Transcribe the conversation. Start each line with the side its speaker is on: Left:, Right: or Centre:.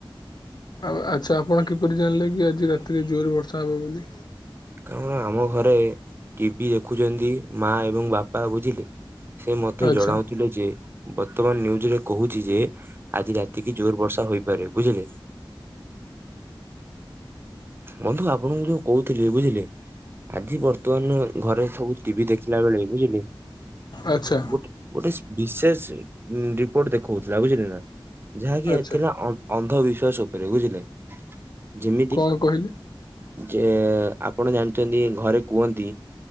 Left: ଆଉ ଆଚ୍ଛା ଆପଣ କିପରି ଜାଣିଲେ କି ଆଜି ରାତିରେ ଜୋର ବର୍ଷା ହବ ବୋଲି।
Right: କାରଣ ଆମ ଘରେ ଟିଭି ଦେଖୁଛନ୍ତି, ମା ଏବଂ ବାପା ବୁଝିଲେ। ସେ ମଧ୍ୟ
Left: ଆଚ୍ଛା
Right: ଜଣାଉଥିଲେ ଯେ ବର୍ତ୍ତମାନ ନିନ୍ୟୁଜରେ କହୁଛି ଯେ ଆଜି ରାତିକି ଜୋର ବର୍ଷା ହୋଇପାରେ ବୁଝିଲେ ବନ୍ଧୁ ଆପଣଙ୍କୁ ଯୋଉ କହୁଥିଲି, ବୁଝିଲେ ଆଜି ବର୍ତ୍ତମାନ ଘରେ ସବୁ ଟିଭି ଦେଖିଲା ବେଳେ ବୁଝିଲେ
Left: ଆଚ୍ଛା
Right: ଗୋଟେ ଗୋଟେ ବିଶେଷ ରିପୋର୍ଟ ଦେଖଉଥିଲା ବୁଝିଲ ନା ଯାହାକି
Left: ଆଚ୍ଛା
Right: ଥିଲା ଅନ୍ଧବିଶ୍ଵାସ ଉପରେ ବୁଝିଲେ ଯେମି
Left: କଣ କହିଲେ?
Right: ଯେ ଆପଣ ଜାଣିଛନ୍ତି, ଘରେ କୁହନ୍ତି